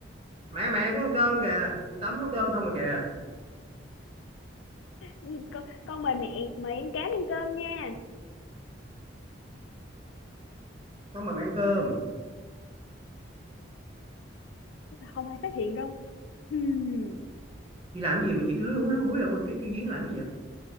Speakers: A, on the right (about 30°); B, on the left (about 80°).
A: mẹ mẹ xuống ăn cơm kìa chị tắm nấu cơm xong rồi kìa
B: Ừ, con, con mời mẹ mời em cám ăn cơm nha
A: xong mà mẹ ăn cơm
B: chắc là không ai phát hiện đâu hmm.
A: chị làm cái gì mà chị cứ lúi húi lúi húi ở quên cái cái giếng làm cái gì vậy